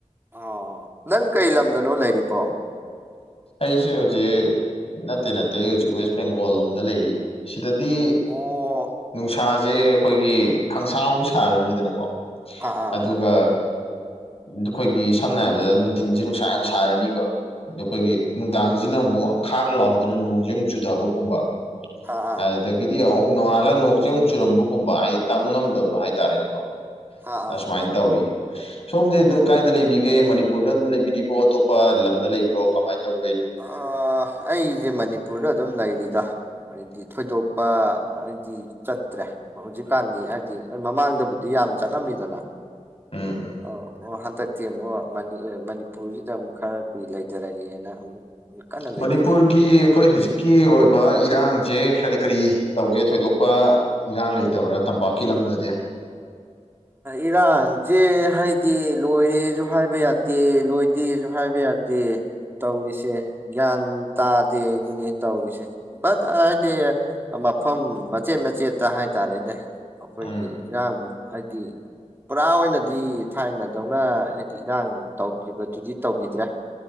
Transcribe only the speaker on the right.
ꯑꯣ ꯅꯪ ꯀꯩ ꯂꯝꯗꯅꯣ ꯂꯩꯔꯤ ꯕꯣ
ꯑꯣ
ꯑꯥ
ꯑꯥ ꯑꯥ ꯎꯝ ꯎꯝ ꯑꯥ ꯑꯥ
ꯑꯥ ꯑꯥ
ꯑꯣ
ꯑꯥ ꯑꯩꯁꯦ ꯃꯅꯤꯄꯨꯔ ꯑꯗꯨꯝ ꯂꯩ ꯗ ꯍꯥꯏꯗꯤ ꯊꯣꯏꯗꯣꯛ ꯄ ꯍꯥꯏꯗꯤ ꯆꯠꯇ꯭ꯔꯦ ꯍꯧꯖꯤꯛꯀꯥꯟꯗꯤ ꯍꯥꯏꯗꯤ ꯃꯃꯥꯡꯗꯕꯨꯗꯤ ꯌꯥꯝ ꯆꯠꯂꯝꯃꯤꯗꯅ
ꯑꯣ ꯑꯣ ꯍꯟ ꯍꯥꯛꯇꯛꯇꯤ ꯑꯃꯨꯛ ꯃꯅꯤ ꯑꯦ ꯃꯅꯤꯄꯨꯔꯁꯤꯗ ꯑꯃꯨꯛ ꯈꯔ ꯀꯨꯏ ꯂꯩꯊꯔꯒꯦꯅ ꯑꯃꯨꯛ ꯀꯟꯅ ꯂꯩꯊꯔꯤ
ꯏꯔꯥꯡꯖꯦ ꯍꯥꯏꯗꯤ ꯂꯣꯏꯔꯦꯁꯨ ꯍꯥꯏꯕ ꯌꯥꯗꯦ ꯂꯣꯏꯗꯦꯁꯨ ꯍꯥꯏꯕ ꯌꯥꯗꯦ ꯇꯧꯔꯤꯁꯦ ꯒ꯭ꯌꯥꯟ ꯇꯥꯗꯦ ꯑꯗꯨꯅꯤ ꯇꯧꯔꯤꯁꯦ ꯕꯠ ꯍꯥꯏꯗꯤ ꯃꯐꯝ ꯃꯆꯦꯠ ꯃꯆꯦꯠꯇ ꯍꯥꯏꯇꯥꯔꯦꯅꯦ ꯑꯩꯈꯣꯏꯒꯤ
ꯏꯔꯥꯡ ꯍꯥꯏꯗꯤ ꯄꯨꯔꯥ ꯑꯣꯏꯅꯗꯤ ꯊꯥꯏꯅꯗꯧꯅ ꯍꯥꯏꯗꯤ ꯏꯔꯥꯡ ꯇꯧꯈꯤꯕꯗꯨꯗꯤ ꯇꯧꯈꯤꯗ꯭ꯔꯦ